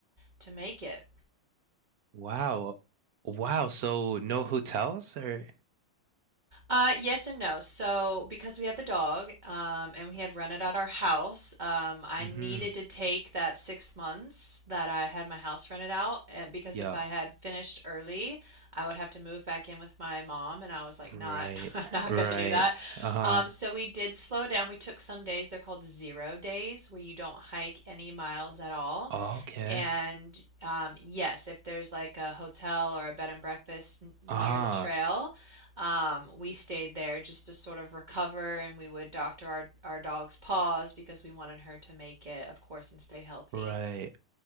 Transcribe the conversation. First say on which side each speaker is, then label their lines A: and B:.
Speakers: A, on the right; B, on the right.
A: to make it.
B: Wow. Wow. So no hotels or
A: Uh, yes and no. So, because we had the dog, um, and we had rented out our house, um, I
B: hmm
A: needed to take that six months that I had my house rented out uh, because
B: Yeah.
A: if I had finished early, I would have to move back in with my mom, and I was like,
B: Right,
A: not, <laughs> I'm not
B: right.
A: gonna do that.
B: Uh,
A: Um, so we did slow down. We took some days. They're called zero days, where you don't hike any miles at all.
B: okay.
A: And um, yes, if there's like a hotel or a bed and breakfast n- near
B: Uh,
A: the trail, um, we stayed there just to sort of recover and we would doctor our, our dog's paws because we wanted her to make it, of course, and stay healthy.
B: right.